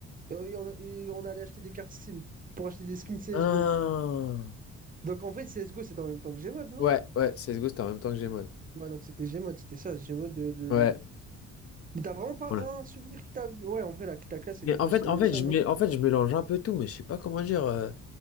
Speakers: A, on the right; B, on the left.
A: et on, et on et on allait acheter des cartes Steam pour acheter des skins CSGO.
B: Ah.
A: Donc en vrai, CSGO, c'était en même temps que Gmod, non?
B: Ouais, ouais, CSGO, c'était en même temps que Gmod.
A: Ouais, donc c'était Gmod, c'était ça, Gmod. euh, Le,
B: Ouais.
A: le- Mais t'as vraiment pas
B: Voilà.
A: un souvenir qui t'a. Ouais, en vrai, la, la classe
B: Mais
A: était pas
B: en fait,
A: si
B: en
A: bien
B: fait,
A: que ça,
B: je
A: non?
B: mets, en fait, je mélange un peu tout, mais je sais pas comment dire. euh,